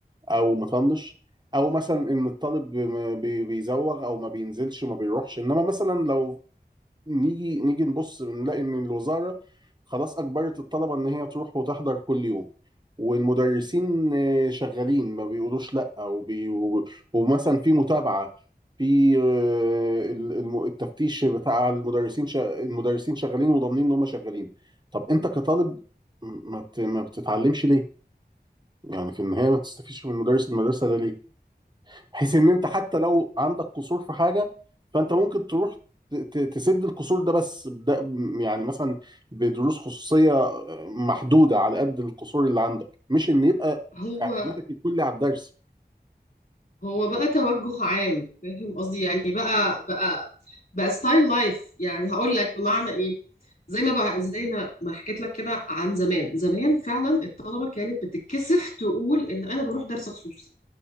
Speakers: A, on the right (about 25°); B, on the left (about 60°).
A: أو مطنش أو مثلا إن الطالب ما بي- بيزوغ أو ما بينزلش ما بيروحش إنما مثلا لو نيجي نيجي نبص بنلاقي ان الوزاره خلاص اجبرت الطلبه ان هي تروح وتحضر كل يوم والمدرسين آه، شغالين ما بيقولوش لا وبي و- ومثلا في متابعه في آه، ال- الم- التفتيش بتاع المدرسين شا- المدرسين شغالين وضامنين ان هم شغالين طب انت كطالب م- ما بت- ما بتتعلمش ليه يعني في النهايه ما تستفيدش من مدرس المدرسه ده ليه بحيث ان انت حتى لو عندك قصور في حاجه فانت ممكن تروح ت- ت- تسد القصور ده بس ده يعني مثلا بدروس خصوصيه محدوده على قد القصور اللي عندك مش ان يبقى
B: هو
A: اعتمادك الكلي على الدرس
B: هو بقى توجه عام فاهم قصدي يعني بقى بقى بقى ستايل لايف يعني هقول لك بمعنى ايه زي ما بقى زي ما ما حكيت لك كده عن زمان زمان فعلا الطلبه كانت بتتكسف تقول ان انا بروح درس خصوصي